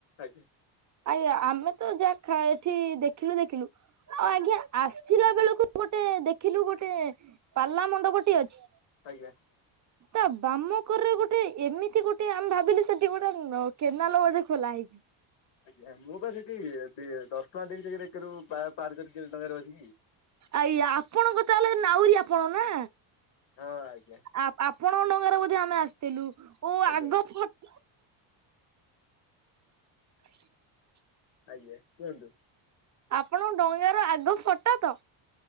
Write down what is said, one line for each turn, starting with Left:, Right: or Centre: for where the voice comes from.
Left: ଆଜ୍ଞା।
Right: ଆୟା, ଆମେ ତ ଯାହା ଖା ଏଠି ଦେଖିଲୁ ଦେଖିଲୁ ଆ ଆଗ୍ ଜ୍ଞା, ଆସିଲା ବେଳକୁ ଗୋଟେ ଦେଖିଲୁ ଗୋଟେଁ ପାଲା ମଣ୍ଡପ ଟିଏ ଅଛି।
Left: ଆଜ୍ଞା।
Right: ତା, ବାମକରେ ଗୋଟ୍ ଏମିତି ଗୋଟେ ଆମେ ଭାବିଲୁ ସେଠି ଗୋଟେ, କେନାଲ ବୋଧେ ଖୋଲା ହେଇଛି।
Left: ଆଜ୍ଞା, ମୁଁ ବା ସେଠି ଦି ଦଶ ଟଙ୍କା ଦେଇକି ଏକରୁ ପାର୍ କରିକି ଡଙ୍ଗାରେ ବସିକି
Right: ଆୟା, ଆପଣଙ୍କ ତା, ହେଲେ ନାଉରୀ ଆପଣ ନା?
Left: ହଁ, ଆଜ୍ଞା।
Right: ଆ, ଆପଣଙ୍କ ଡଙ୍ଗାରେ ବୋଧେ ଆମେ ଆସିଥିଲୁ ଓ
Left: ଆଜ୍ଞା
Right: ଆଗ ଫଟ <inaudible>
Left: ଆଜ୍ଞା, କୁହନ୍ତୁ।
Right: ଆପଣ, ଡ଼ଙ୍ଗାର ର ଆଗ ଫଟ ତ?